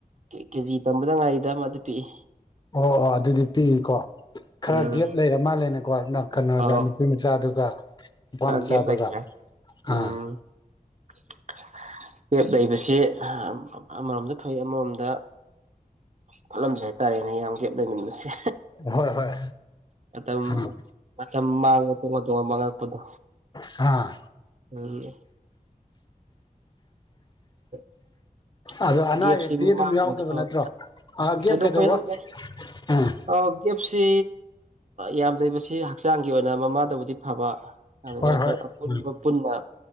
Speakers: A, on the right (about 50°); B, on the left (about 30°).
A: ꯀꯦꯖꯤ ꯇꯝꯕꯗ ꯉꯥꯏꯔꯤ <unintelligible> ꯑꯃꯗꯤ ꯄꯤꯏ
B: ꯑꯣ ꯑꯣ ꯑꯗꯨꯗꯤ ꯄꯤꯏꯀꯣ ꯈꯔ
A: ꯎꯝ
B: ꯒꯦꯞ ꯂꯩꯔ ꯃꯥꯜꯂꯦꯅꯦꯀꯣ ꯅꯪ ꯀꯅꯣꯗ
A: ꯑꯧ
B: ꯅꯨꯄꯤ ꯃꯆꯥꯗꯨꯒ ꯅꯨꯄꯥ
A: ꯈꯔ
B: ꯃꯆꯥꯗꯨꯒ
A: ꯒꯦꯞ ꯂꯩꯈ꯭ꯔꯦ ꯎꯝ
B: ꯑꯥ
A: <inaudible> ꯒꯦꯞ ꯂꯩꯕꯁꯤ <unintelligible> ꯑꯃꯔꯣꯝꯗ ꯐꯩ ꯑꯃꯔꯣꯝꯗ ꯐꯠꯂꯝꯗ꯭ꯔꯦ ꯍꯥꯏꯇꯥꯔꯦꯅꯦ ꯌꯥꯝ ꯒꯦꯞ ꯂꯩꯃꯟꯕꯁꯦ
B: ꯍꯣꯏ ꯍꯣꯏ
A: ꯃꯇꯝ
B: ꯑꯥ
A: ꯃꯇꯝ ꯃꯥꯡꯕ ꯇꯣꯉꯥꯟ ꯇꯣꯉꯥꯟ ꯃꯥꯡꯉꯛꯄꯗꯣ
B: ꯍꯥꯥ
A: ꯎꯝ <inaudible>
B: ꯑꯗꯣ ꯑꯅꯥ
A: ꯒꯦꯞꯁꯦ
B: ꯑꯌꯦꯛꯇꯤ
A: ꯃꯃꯥꯗꯕꯨꯗꯤ
B: ꯑꯗꯨꯝ ꯌꯥꯎꯗꯕ
A: ꯐꯕ
B: ꯅꯠꯇ꯭ꯔꯣ ꯑꯥ ꯒꯦꯞ
A: ꯊꯣꯏꯗꯣꯛꯄ
B: ꯀꯩꯗꯧꯕ
A: ꯌꯥꯎꯗꯦ
B: ꯎꯝ
A: ꯑꯧ ꯒꯦꯞ ꯁꯦ ꯌꯥꯝ ꯂꯩꯕꯁꯦ ꯍꯛꯆꯥꯡꯒꯤ ꯑꯣꯏꯅ ꯃꯃꯥꯗꯕꯨꯗꯤ ꯐꯕ ꯑꯗꯨꯒ
B: ꯍꯣꯏ
A: ꯑꯩꯈꯣꯏ
B: ꯍꯣꯏ
A: ꯑꯄꯨꯟꯕ
B: ꯎꯝ
A: ꯄꯨꯟꯅ